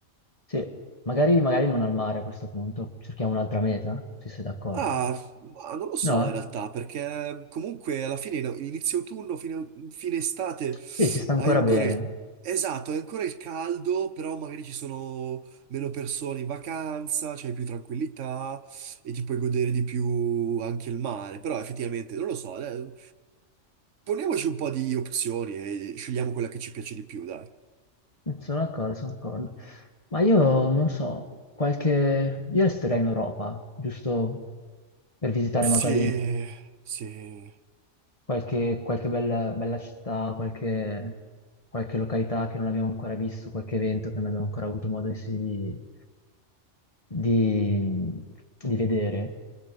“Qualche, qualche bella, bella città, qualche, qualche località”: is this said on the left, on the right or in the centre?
Left